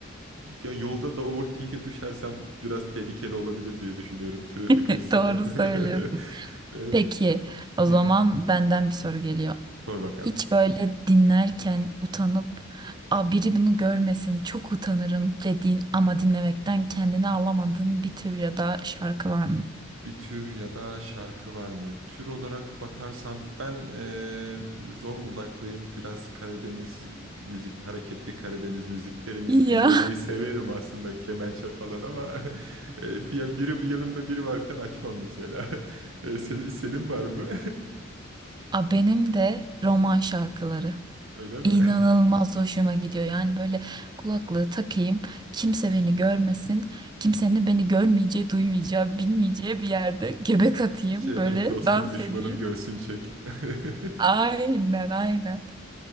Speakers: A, on the right; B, on the right.
A: Ya yolda da overthink'e düşersem biraz tehlikeli olabilir diye düşünüyorum trafik
B: <laughs>
A: açısından.
B: Doğru söylüyorsun.
A: <laughs> E,
B: Peki, o zaman
A: Hı,
B: benden bir soru geliyor.
A: sor bakalım.
B: Hiç böyle dinlerken utanıp, Aa, biri bunu görmesin, çok utanırım dediğin ama dinlemekten kendini alamadığın bir tür ya da şarkı var mı?
A: bir tür ya da şarkı var mı? Tür olarak bakarsan ben eee Zonguldaklıyım. Biraz Karadeniz müzik, hareketli Karadeniz müziklerini
B: Ya.
A: dinlemeyi severim aslında kemençe falan ama <laughs> eee, ya biri yanımda biri varken açmam mesela. <laughs> Eee, senin senin var mı?
B: A benim de roman şarkıları.
A: <laughs> Öyle mi?
B: İnanılmaz
A: <laughs>
B: hoşuma gidiyor. Yani böyle kulaklığı takayım, kimse beni görmesin, kimsenin de beni görmeyeceği, duymayacağı, bilmeyeceği bir yerde göbek atayım,
A: Şey
B: böyle
A: değil mi? Dostum
B: dans
A: düşmanım
B: edeyim.
A: görsün çek. <laughs>
B: Aynen, aynen.